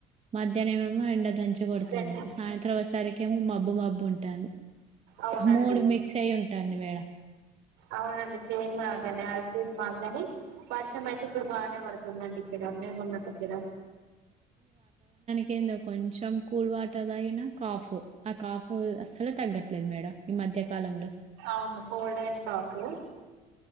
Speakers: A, on the right; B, on the right.
A: మధ్యాహ్న ఏమే ఎండ దంచి కొడుతుంది
B: గట్టి
A: సాయంత్రం వసరికి ఏమో మబ్బు మబ్బు ఉంటుంది
B: అవునండి
A: మూడు మిక్స్ అయి ఉంటాన్ని మేడం
B: అవునండి సేమ్ అగానే మాకు కాని వర్షం అయితే ఇప్పుడు బాగానే పడుతుందండి ఇక్కడ మేమున్న దగ్గర
A: కింద కొంచెం కూల్ వాటర్ తగిన కాఫ ఆ కాఫ అసలు తగ్గట్లేదు మేడం ఈ మధ్యకాలంలో
B: అవును కోల్డ్ అయిన కాపు